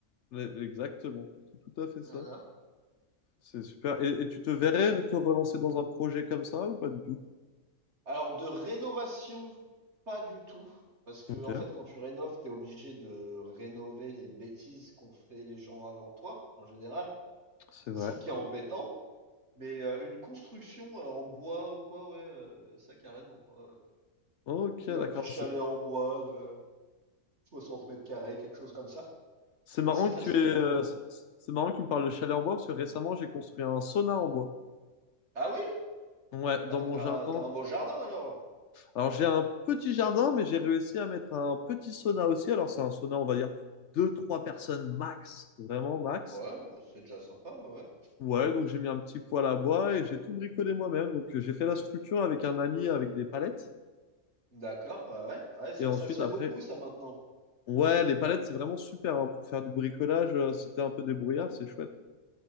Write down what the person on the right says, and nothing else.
Voilà.
Alors de rénovation, pas du tout, parce que
en fait, quand tu rénoves, t'es obligé de rénover les bêtises qu'ont fait les gens avant toi en général.
C'est
ça qui est embêtant. Mais euh, une construction euh, en bois ou quoi, ouais, euh, ça carrément. Ouais, ouais.
Petit- Un
petit chalet en bois, de- 60 mètres carrés, quelque chose comme ça.
Ça, c'est facilement
faisable.
Ah oui?
Ah,
donc
t'as
un, t'as un beau jardin alors?
Ouais, bah, c'est déjà sympa, ouais.
D'accord, ouais, ouais, Ouais, ça,
ça se fait
beaucoup ça maintenant.